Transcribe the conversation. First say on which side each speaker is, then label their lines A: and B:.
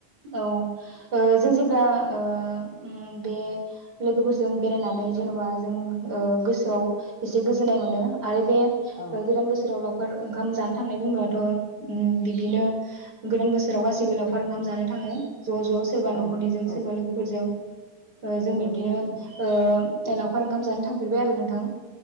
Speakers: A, on the right; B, on the left.
A: औ ओ जों जेब्ला ओ उम बे लोगोफोरजों बेरायनानै जेन'बा जों ओ गोसोआव एसे गोजोननाय मोनो आरो बे
B: औ
A: गोदान बोसोराव लावखार ओंखाम जानो थांनाय बुंब्लाथ' बिब्दिनो गोदान बोसोराव गासिबो लावखार ओंखाम जानो थाङो। ज' ज' सोरबा न'खरनिजों
B: औ औ
A: सोरबा लोगोफोरजों जों बिब्दिनो
B: औ थारैनो
A: ओ लावखार ओंखाम जानो थांफेरबाय आरो नोंथां?